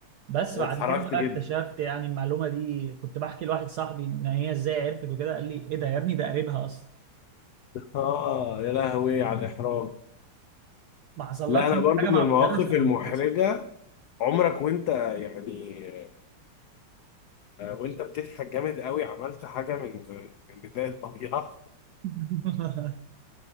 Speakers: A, on the right (about 80°); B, on the left (about 85°).
A: بس
B: واتحرجت
A: بعد كده بقى
B: جدا
A: اكتشفت يعني المعلومه دي كنت بحكي لواحد صاحبي ان هي ازاي عرفت وكده قال لي ايه ده يا ابني ده قريبها اصلا
B: اه يا لهوي على الاحراج
A: ما حصلكش
B: لا انا
A: انت
B: برضو
A: حاجه
B: من
A: مع
B: المواقف
A: المدرس او
B: المحرجه
A: المدرسه
B: عمرك وانت يعني وانت بتضحك جامد قوي عملت حاجه من من بدايه الطبيعه
A: <laughs>